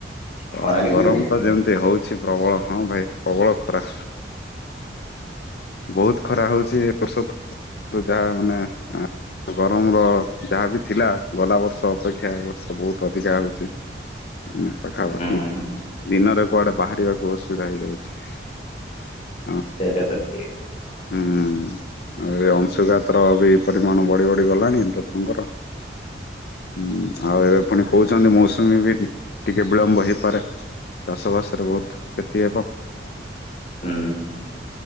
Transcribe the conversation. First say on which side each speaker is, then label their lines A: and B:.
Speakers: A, on the left; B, on the left.
A: ଖରା
B: ଅଁ
A: କେମିତି
B: ଗରମ
A: ହଉଛି?
B: ତ ଯେମିତି ହଉ ଛି ପ୍ରବଳ ହଁ ଭାଇ ପ୍ରବଳ ଖରା ବହୁତ ଖରା ହଉଛି। ଔଷଧ <unintelligible> ଯାହା ମାନେ ଏ ଗରମ ର ଯାହା ବି ଥିଲା ଗଲା ବର୍ଷ ଅପେକ୍ଷା ଏ ବହୁତ ଅଧିକା ହଉଛି। ଉଁ ପାଖାପାଖି
A: ହୁଁ
B: ଦିନରେ କୁଆଡେ ବାହାରିବାକୁ ଅସୁବିଧା ହେଇଯାଉଛି। <unintelligible>
A: ସେଇଟା ତ ଠି
B: ହୁଁ। ଆଉ ଏ ଅଂଶୁଘାତର ବି ପରିମାଣ ବଢ଼ି ବଢ଼ି ଗଲାଣି ଲୋକଙ୍କର ଉଁ ଆଉ ଏବେ ପୁଣି କହୁଛନ୍ତି ମୌସୁମୀ ବି ଟିକେ ବିଳମ୍ବ ହେଇପାରେ। ଦଶ ବର୍ଷ ରେ ବହୁତ୍ କ୍ଷତି ହବ।
A: ହୁଁ